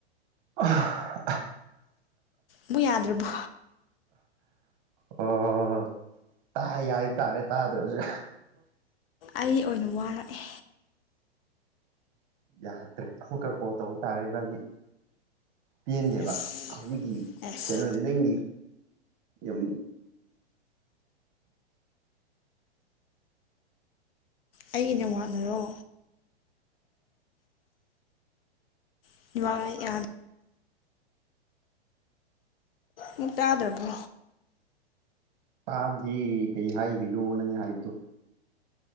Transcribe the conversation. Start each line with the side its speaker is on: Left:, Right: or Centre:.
Right: <unintelligible>
Left: ꯃꯨꯛ ꯌꯥꯗ꯭ꯔꯕꯣ
Right: ꯑꯣ ꯇꯥꯏ ꯍꯥꯏꯕ ꯇꯥꯔꯦ ꯇꯥꯗ꯭ꯔꯁꯨ
Left: ꯑꯩ ꯑꯣꯏꯅ ꯋꯥꯔꯛꯑꯦ
Right: ꯌꯥꯗ꯭ꯔꯦ ꯑꯃꯨꯛꯀ ꯀꯣꯜ ꯇꯧꯕ ꯇꯥꯔꯦ ꯏꯕꯥꯅꯤ ꯄꯦꯟꯗꯦꯕ
Left: ꯑꯁ
Right: ꯍꯧꯖꯤꯛꯀꯤ
Left: ꯑꯁ
Right: ꯀꯩꯅꯣꯗꯤ ꯅꯪꯒꯤ ꯌꯥꯝ
Left: ꯑꯩꯒꯤ ꯅꯦꯠꯋꯥꯛꯅꯔꯣ <unintelligible> ꯃꯨꯛ ꯇꯥꯗ꯭ꯔꯕꯣ
Right: ꯇꯥꯗꯦ ꯀꯩ ꯍꯥꯏꯔꯤꯅꯣ ꯅꯪ ꯍꯥꯏꯕꯗꯣ